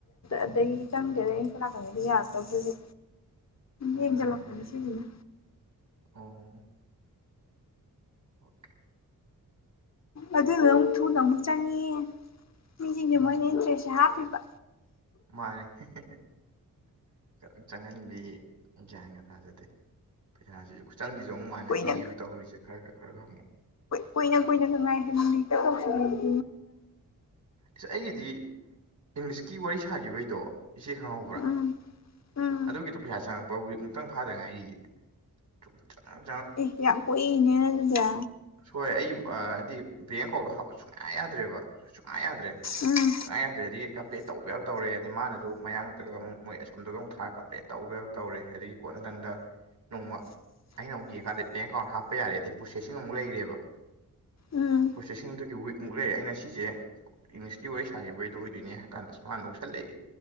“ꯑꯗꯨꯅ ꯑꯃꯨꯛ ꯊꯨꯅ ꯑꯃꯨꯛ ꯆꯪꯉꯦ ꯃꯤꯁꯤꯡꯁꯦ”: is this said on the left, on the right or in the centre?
Left